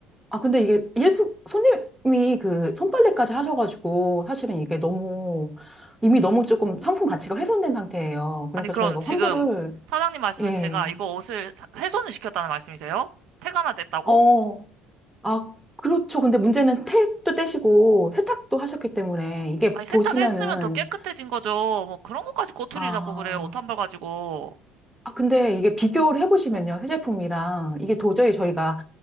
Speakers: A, in the centre; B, on the right (about 65°).
A: 아, 근데 이게 일부 손님이 그 손빨래까지 하셔가지고 사실은 이게 너무 이미 너무 조금 상품 가치가 훼손된 상태예요. 그래서
B: 아니, 그럼
A: 저희가
B: 지금
A: 환불을
B: 사장님 말씀은
A: 예.
B: 제가 이거 옷을 사- 훼손을 시켰다는 말씀이세요? 택 하나 냈다고?
A: 어, 아, 그렇죠. 근데 문제는 떼도 떼시고 세탁도 하셨기 때문에 이게
B: 아니, 세탁했으면
A: 보시면은,
B: 더 깨끗해진 거죠. 뭐 그런 것까지 꼬투리를
A: 아,
B: 잡고 그래요. 옷 한 벌 가지고.
A: 아, 근데 이게 비교를 해보시면요. 새 제품이랑 이게 도저히 저희가